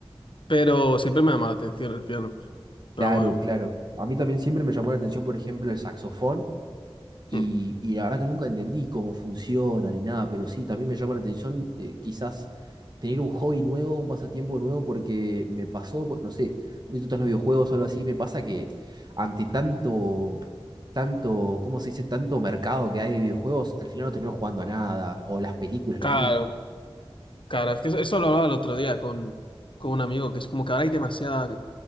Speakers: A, on the left; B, on the right.
A: Pero siempre me ha llamado la atención el piano.
B: Claro,
A: Pero bueno.
B: claro. A mí también siempre me llamó la atención, por ejemplo, el saxofón. Y,
A: Mm.
B: y la verdad que nunca entendí cómo funciona ni nada, pero sí, también me llama la atención eh, quizás tener un hobby nuevo, un pasatiempo nuevo, porque me pasó, pues, no sé, no sé si tú estás en los videojuegos o algo así, me pasa que ante tanto, tanto, ¿cómo se dice? Tanto mercado que hay de videojuegos, al final no termino jugando a nada, o las películas,
A: Claro,
B: lo mismo.
A: claro, es que eso, eso lo hablaba el otro día con, con un amigo, que es como que ahora hay demasiada...